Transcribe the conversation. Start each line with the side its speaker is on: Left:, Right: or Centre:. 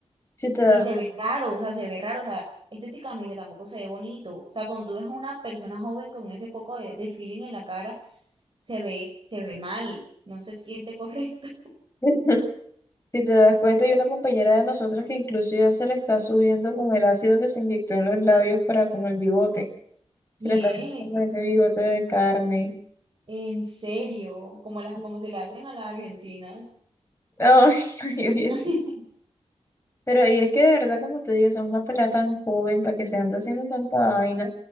Left: Si te das
Right: Y se ve raro, o sea, se ve raro, o sea, estéticamente tampoco se ve bonito. O sea, cuando tú ves a una persona joven con ese poco de, de feeling en la cara, se ve, se ve mal, no se siente correcto.
Left: cuenta. Si te das cuenta, hay una compañera de nosotros que incluso ya se le está subiendo con el ácido que se inyectó en los labios para como el bigote. Se
Right: <laughs> Bien,
Left: le está haciendo como ese bigote de carne.
Right: en serio, como
Left: Sí.
Right: las, como se le hacen a la Argentina.
Left: Ay, <laughs> ay, oye,
Right: <laughs>
Left: sí. Pero ahí es que de verdad, como te digo, son una pelada tan joven para que se ande haciendo tanta vaina.